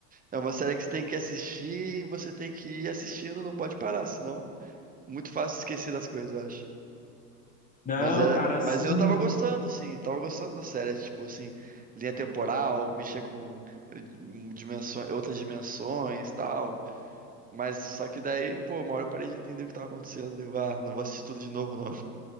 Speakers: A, on the right; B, on the left.
A: É uma série que você tem que assistir e você tem que ir assistindo, não pode parar, senão é muito fácil esquecer das coisas, eu acho.
B: não,
A: Mas é,
B: cara,
A: mas
B: assim.
A: eu tava gostando, assim, tava gostando da série, é tipo assim, linha temporal, mexer com eh, dimensões, outras dimensões, tal. Mas só que daí, pô, uma hora eu parei de entender o que tava acontecendo, deu, ah, não vou assistir tudo de novo, não.